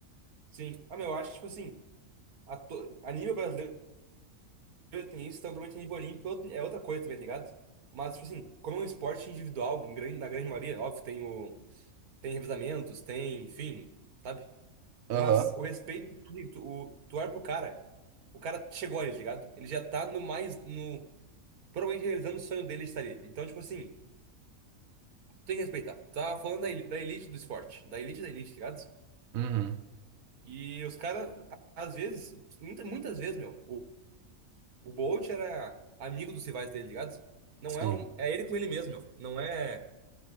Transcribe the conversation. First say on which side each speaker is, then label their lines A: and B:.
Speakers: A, on the right; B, on the right.
A: Sim. Ah, meu, eu acho que, tipo assim, a, to- a nível brasileiro tem isso, então provavelmente a nível olímpico é outra é outra coisa também, tá ligado? Mas, tipo assim, como é um esporte individual, em grande- na grande maioria, óbvio, tem o, tem revezamentos, tem, enfim, sabe?
B: Aham.
A: Mas o respeito, que tu, o, tu olha pro cara, o cara chegou ali, tá ligado? Ele já tá no mais, no, provavelmente realizando o sonho dele de estar ali. Então, tipo assim, tu tem que respeitar. Tu tá falando da, eli- da elite do esporte, da elite da elite, tá ligado?
B: Uhum.
A: E os caras, às vezes, muita- muitas vezes, meu. O Bolt era amigo dos rivais dele, ligado? Não
B: Sim.
A: é um. É ele com ele mesmo, meu. Não é.